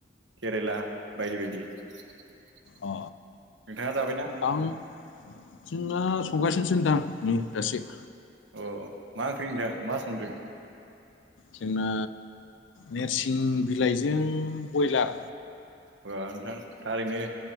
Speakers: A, on the right; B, on the left.
A: केरेला बायदि बायदि नोंथाङा
B: अ
A: जाबायना
B: आं जोंना सौगासिनोसो नोंथां नै दसे
A: अ मा ओंख्रि नोंथां मा संदों
B: जोंना नोरसिं बिलाइजों बयलार
A: अ नोंथां थारैनो